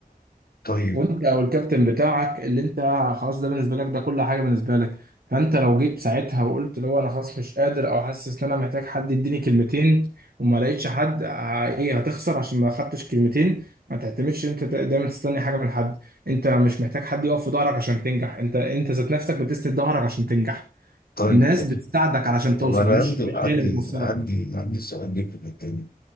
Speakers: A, on the left (about 80°); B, on the right (about 85°).
A: طيب
B: وانت او الكابتن بتاعك اللي انت خلاص ده بالنسبه لك ده كل حاجه بالنسبه لك فانت لو جيت ساعتها وقلت لو انا خلاص مش قادر او حاسس ان انا محتاج حد يديني كلمتين وما لقيتش حد ع- ايه هتخسر عشان ما خدتش كلمتين ما تعتمدش انت ت- دايما تستني حاجه من حد انت مش محتاج حد يقف في ظهرك عشان تنجح انت انت ذات نفسك بتسند ظهرك عشان تنجح
A: طيب
B: الناس بتساعدك علشان
A: طب
B: توصل
A: أنا
B: مش
A: عندي
B: مش
A: عندي
B: هي اللي بتوصلك
A: عندي عندي سؤال ليك في التاني